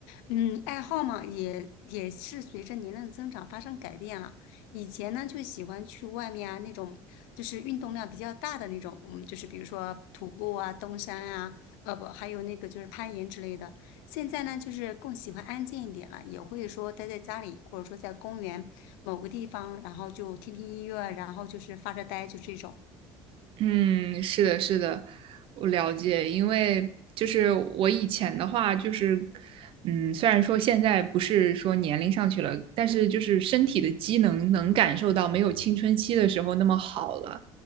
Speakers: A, on the left; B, on the right.
A: 嗯，爱好嘛，也也是随着年龄的增长发生改变了。以前呢就喜欢去外面啊那种就是运动量比较大的那种，嗯，就是比如说徒步啊、登山啊，呃不，还有那个就是攀岩之类的。现在呢就是更喜欢安静一点了，也会说待在家里或者说在公园某个地方，然后就听听音乐，然后就是发着呆，就这种。
B: 嗯，是的，是的，我了解。因为就是我以前的话，就是嗯，虽然说现在不是说年龄上去了，但是就是身体的机能能感受到没有青春期的时候那么好了。